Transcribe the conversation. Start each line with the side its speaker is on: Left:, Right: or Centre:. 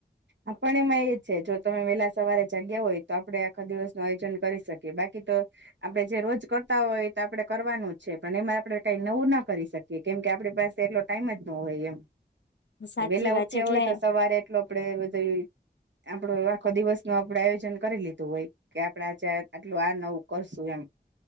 Right: આપણ એમાં એ છે જો તમે વહેલા સવારે જાગ્યા હોય તો આપડે આખા દિવસ નું આયોજન કરી શકીએ બાકી તો આપડણે જે રોજ કરતા હોય તો આપડે કરવાનું જ છે પણ એમાં આપડે કઈ નવું ના કરી શકીએ કે કેમ કે આપડી પાસે એટલો ટાઈમ જ ન હોય
Left: સાચી
Right: એમ વેલા
Left: વાત
Right: ઉઠ્યા
Left: છે એટલે
Right: હોય તો સવારે એટલો આપડે બધું આપડો આખો દિવસ નું આપડ આયોજન કરી લીધું હોય કે આપડજ આટલું આ નવું કરશું એમ